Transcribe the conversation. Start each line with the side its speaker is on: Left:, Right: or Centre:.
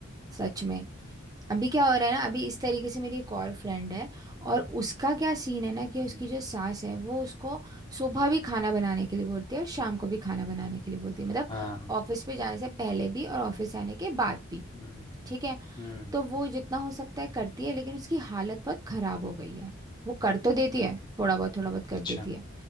Right: सच में अभी क्या हो रहा है ना अभी इस तरीके से मेरी एक और फ्रेंड है और उसका क्या सीन है ना कि उसकी
Left: हम्म,
Right: जो सास है वो उसको सुबह भी खाना बनाने के लिए बोलती है और शाम
Left: हम्म,
Right: को भी खाना बनाने के लिए बोलती है मतलब
Left: हाँ
Right: ऑफिस पे जाने से पहले भी और ऑफिस से आने के बाद भी
Left: हम्म
Right: ठीक है
Left: हम्म
Right: तो वो जितना हो सकता है करती है लेकिन उसकी हालत बहुत खराब हो गई है वो कर तो देती है थोड़ा बहुत थोड़ा बहुत कर
Left: अच्छा
Right: देती है